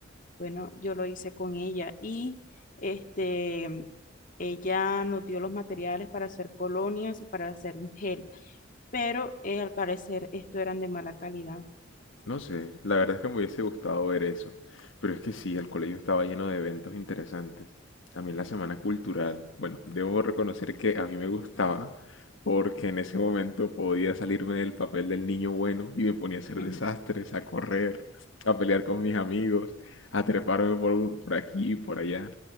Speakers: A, on the left; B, on the left.
A: Bueno, yo lo hice con ella y este, ella nos dio los materiales para hacer colonias y para hacer un gel, pero eh, al parecer esto eran de mala calidad.
B: No sé, la verdad es que me hubiese gustado ver eso. Pero es que sí, el colegio estaba lleno de eventos interesantes. También la semana cultural. Bueno, debo reconocer que a mí me gustaba porque en ese momento podía salirme del papel del niño bueno y me ponía a hacer
A: <laughs>
B: desastres, a correr, a pelear con mis amigos, a treparme por, un- por aquí y por allá.